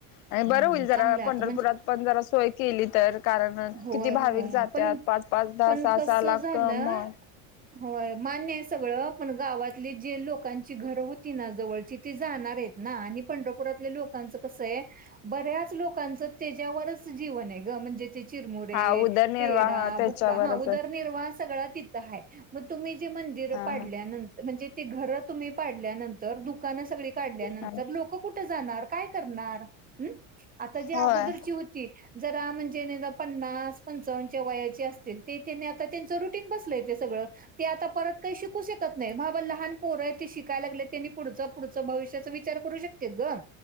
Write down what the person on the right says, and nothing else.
हम्म
चांगलं आहे
आता म्हणजे
होय
होय
पण
पण
कसं
झालं
होय मान्य आहे सगळं, पण गावातली जे लोकांची घरं होती ना जवळची तीच जाणार आहेत ना आणि पंढ जे लोकांचं कसंय, बऱ्याच लोकांचं त्याच्यावरच जीवन आहे गं, म्हणजे चे चिरमुरे,
पेढा,
बुक्का हा उदरनिर्वाह
हा सगळा तिथं हाय, म तुम्ही ते मंदिरं
पाडल्यानंतर
म्हणजे ते घर तुम्ही पाडल्यानंतर दुकानं स सगळी काढल्यानंतर
लोकं कुठं जाणार? काय करणार? हम्म. आता जी अगोदरची
होती, जरा म्हणजे पन्नास पंचावन्नच्या वयाची असतील. ते त्यांनी आता त्यांचं रुटीन बसलंय ते सगळं. ते आता परत काही शिकू शकत नाही, बाबा लहान पोरं आहेत ते शिकाय लागले त्यांनी पुढंच पुढंच भविष्याच विचार करू शकतेत गं,